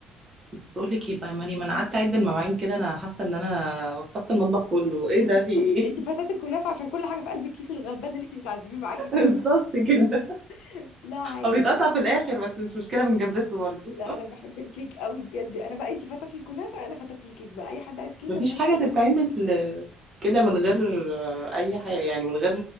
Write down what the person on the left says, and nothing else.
انت
بتحبي
انت فتاة الكنافه عشان كل حاجه في قلب الكيس الغلبان اللي انت بتعذبيه معاكي
ده
<laughs> لا عادي
لا انا بحب الكيك قوي بجد انا بقى انت فتاة الكنافه انا فتاة الكيك بقى اي حد عايز كيك
اما
يقول
اعملي لي كيك.